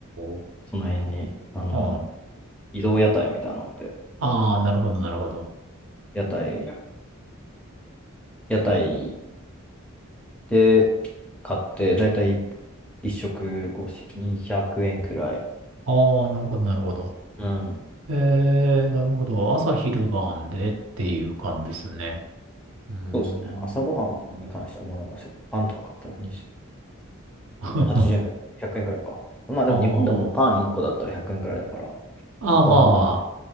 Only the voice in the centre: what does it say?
その辺に、あのー
移動屋台みたいなので、
屋台、屋台で買って、だいたい1食越し200円くえんくらい。
うん。
そうですね。朝ごはんに関してはもうなんかしょパンとか買ったらに
80円くらい、
100円くえんくらいか。まあでも日本でもパン1個だったら100円くえんくらいだから、
そこはあんま変わんない。